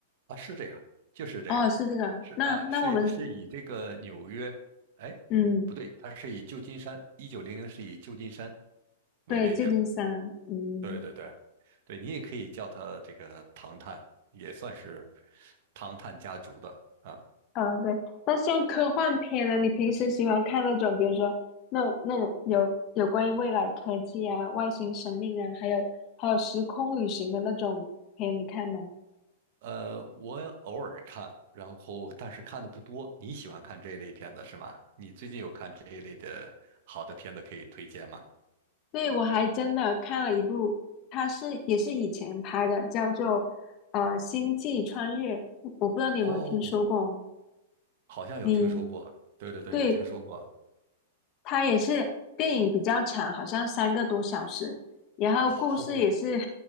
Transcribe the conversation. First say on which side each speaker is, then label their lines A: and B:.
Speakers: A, on the right; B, on the left.
A: 啊，是这个，就是这个，
B: 哦，是这个。
A: 是啊，
B: 那那我们，
A: 是是以这个纽约，哎，
B: 嗯，
A: 不对，它是以旧金山，一九零零是以旧金山为背景，
B: 对，旧金山，嗯。
A: 对对对，对你也可以叫它这个唐探，也算是唐探家族的啊。
B: 嗯，对，那像科幻片呢，你平时喜欢看那种，比如说那种那种有有关于未来科技啊、外星生命啊，还有还有时空旅行的那种片，你看吗？
A: 呃，我偶尔看，然后但是看的不多。你喜欢看这一类片子是吗？你最近有看这一类的好的片子可以推荐吗？
B: 对，我还真的看了一部，它是也是以前拍的，叫做呃《星际穿越》，我不知道你有没有听说过？
A: 哦，好像有听说过，
B: 你
A: 对对对，
B: 对
A: 有听说过。
B: 它也是电影比较长，好像三个多小时，然后故事也是
A: <laughs> 哦，